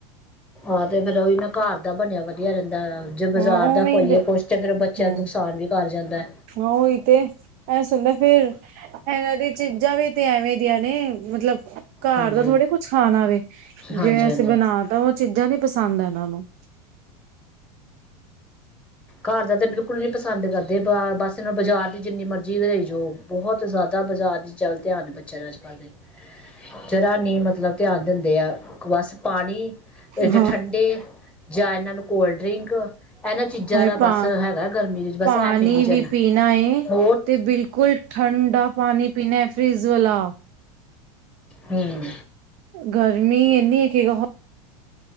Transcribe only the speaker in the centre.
ਆਹ ਤੇ ਫੇਰ ਉਹੀ ਨਾ ਘਰ ਬਣਿਆ ਵਧੀਆ, ਦਾ ਜੇ ਬਾਜ਼ਾਰ
ਦਾ ਖਵਾਈਏ
ਕੁਛ ਤਾਂ ਫੇਰ ਉਹ ਬੱਚਿਆਂ
ਨੂੰ ਨੁਕਸਾਨ ਵੀ ਕਰ ਜਾਂਦਾ ਐ।
ਹਾਂਜੀ
ਹਾਂਜੀ
ਹਾਂਜੀ
ਘਰ ਦਾ ਤੇ ਬਿਲੁ ਸਕੂਲ ਨੀ ਪਸੰਦ ਕਰਦੇ ਬਸ ਇਹਨਾਂ ਬਾਜ਼ਾਰ ਦੀ ਜਿੰਨੀ ਮਰਜ਼ੀ ਵਧਾਈ ਜਾਓ ਬਹੁਤ ਜ਼ਿਆਦਾ ਬਾਜ਼ਾਰ ਦੀ ਚੱਲ ਧਿਆਨ ਬੱਚਿਆਂ ਨੂੰ ਅਝਜ ਕੱਲ ਤੇ ਜਰਾ ਨੀ ਮਤਲਬ ਧਿਆਨ ਦਿੰਦੇ, ਆ ਬਸ ਪਾਣੀ ਜ
ਠੰਡੇ ਜਾਂ ਇਹਨਾਂ ਨੂੰ ਕੋਲਡਡਰਿੰਕ ਇਹਨਾਂ ਚੀਜ਼ਾਂ
ਦਾ
ਬਸ ਹੈਗਾ ਗਰਮੀ ਦੇ ਵਿੱਚ ਬਸ
ਇਹ ਮਿਲੀ ਜਾਣ
ਹੋਰ
ਹੂੰ,